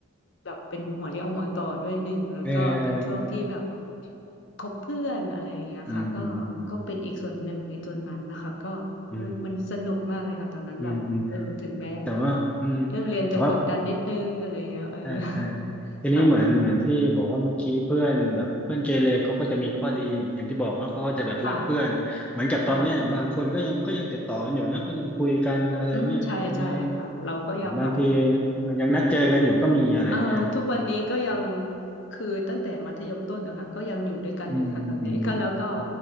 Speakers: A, on the left; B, in the centre.
A: แบบเป็นหัวเรี่ยวหัวต่อด้วยหนึ่งแล้วก็เป็นช่วงที่แบบ
B: เออเออ
A: คบเพื่อนอะไรอย่างเงี้ยค่ะก็
B: อืมอืมอืม
A: ก็เป็นอีกส่วนหนึ่งในตัวนั้นนะคะก็อุ๊ยมันสนุกมากเลยค่ะตอนนั้นแบบเออถึงแม้
B: อืมอืมแต่ว่าอืม
A: เรื่องเรียนจะกดดันนิดนึงอะไรเงี้ยเออ
B: แต่ว่า ใช่ใช่
A: <laughs>
B: ทีนี้เหมือนเหมือนที่บอกว่าเมื่อกี้เพื่อนแบบเพื่อนเกเรเขาก็จะมีข้อดีเหมือนอย่างที่บอกเนาะเขาก็จะแบบรักเพื่อนเหมือนกับตอนเนี้ยบางคนก็ยังก็ยังติดต่อกันอยู่นะก็ยังคุยกันอะไรเงี้ยนะเออ
A: ค่ะค่ะค่ะอืมใช่ใช่ค่ะเราก็ยังแบบ
B: แต่บางทีเออยังนัดเจอกันอยู่ก็มีอะไรเงี้ยนะ
A: เอ่อทุกวันนี้ก็ยังคือตั้งแต่มัธยมต้นนะคะก็ยังอยู่ด้วยกันอยู่ค่ะตอนนี้
B: อืมอืมอืม
A: <laughs> ก็แล้วก็